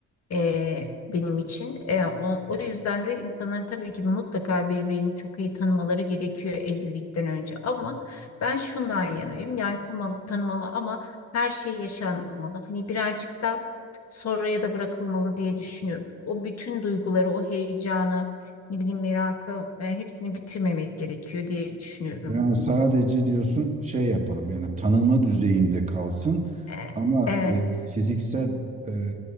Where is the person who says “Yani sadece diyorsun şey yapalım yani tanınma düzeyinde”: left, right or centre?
Right